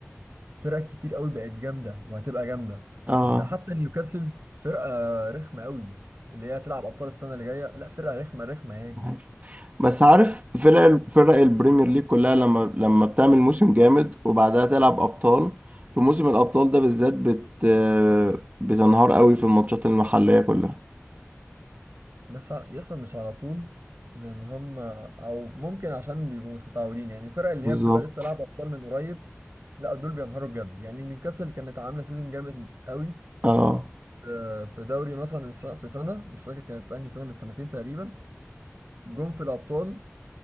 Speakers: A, on the right; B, on the right.
A: فرق كتير قوي بقت جامده وهتبقى جامده
B: اه
A: ده حتى نيوكاسل فرقه رخمه قوي اللي هي هتلعب ابطال السنه اللي جايه لا فرقه رخمه رخمه يعني
B: عارف. بس عارف فرق فرق البريمير ليج كلها لما لما بتعمل موسم جامد وبعدها تلعب ابطال في موسم الابطال ده بالذات بت بتنهار قوي في الماتشات المحلية كلها
A: بس ع- يسطا مش على طول لان هم او ممكن عشان بيبقوا مش متعودين يعني الفرق اللي
B: بالظبط
A: هي بتبقى لسه لعبه ابطال من قريب لا دول بينهاروا بجد يعني نيوكاسل كانت عامله سيزون جامد قوي
B: اه
A: آه، في دوري مثلا الس- في سنه مش فاكر كانت انهي سنه من سنتين تقريبا جم في الابطال